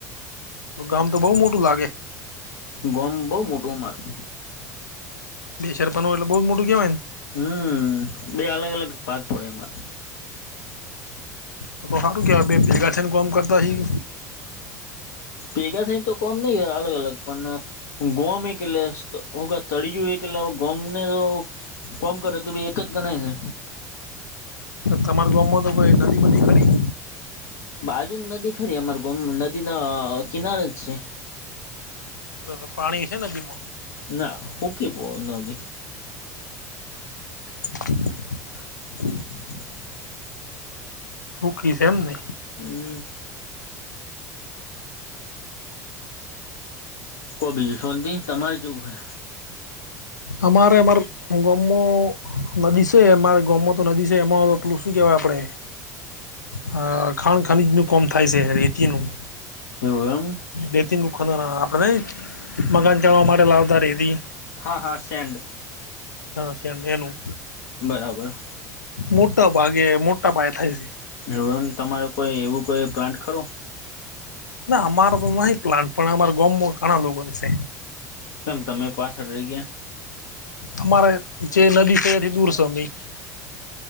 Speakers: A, on the left (about 85°); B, on the left (about 65°).
A: ગામ તો બહું મોટું લાગે.
B: ગોમ બહુ મોટુ અમારું.
A: બે સરપંચ હોય એટલે બહુ મોટું કહેવાયને.
B: હમ્મ બે અલગ-અલગ પાર્ટ પડે એમા.
A: તો તો હારુ કેવાય બે ભેગા થઇ ને કોમ કરતા હી.
B: ભેગા થઈ તો કોમ નહી અલગ-અલગ પણ ગોમ એક એટલે તળિયું એક. એટલે ગોમને તો કોમ કરે તો બી એક જ ગણાય ને.
A: તમારા ગોમમાં તો કોઈ નદી બધી ખરી.
B: બાજુમાં નદી ખરી અમારૂ ગોમ નદીના કિનારે જ છે.
A: તો તો પાણી હઈશે નદીમાં.
B: ના હુકી પો નદી.
A: <inaudible>
B: <inaudible>
A: હુકી છે એમ ને.
B: હમ્મ. કો બીજું શોંતિ તમારે જેવું હે
A: અમારે એમારા ગોમમો નદી છે અમારે ગોમમાં તો નદી છે એમાં પેલું શું કેહેવાય આપડે. હ ખાણ ખનીજનું કોમ થાય છે રેતીનું.
B: એવું એમ.
A: રેતી મૂકવાનું આપડે નય મકાન ચાડવા માટે લાવતા રેતી
B: હા હા સેન્ડ.
A: હા સ્યામ્યાનું
B: બરાબર.
A: મોટા ભાગે મોટા પાયે થાય છે.
B: એવું એમ તમારે કોઈ એવું કોઈ પ્લાન્ટ ખરો.
A: ના અમાર તો નહિ પ્લાટ પણ અમાર ગોમમાં ઘણા લોકો ને છે.
B: કેમ તમે પાછળ રહી ગયા.
A: અમારે જે નદી છે એથી દૂર છે અી.